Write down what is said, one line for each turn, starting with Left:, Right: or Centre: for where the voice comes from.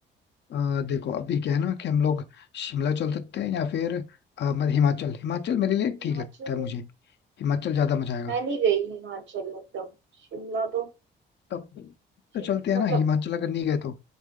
Left: अ, देखो अभी क्या है ना कि हम लोग शिमला चल सकते हैं या फिर अ, मत- हिमाचल हिमाचल मेरे लिए
Right: हिमाचल
Left: ठीक लगता है मुझे हिमाचल ज्यादा मजा आएगा
Right: मैं नहीं गई हिमाचल मतलब शिमला तो
Left: तब तो
Right: शि-
Left: चलते हैं
Right: मतलब
Left: ना हिमाचल अगर नहीं गए तो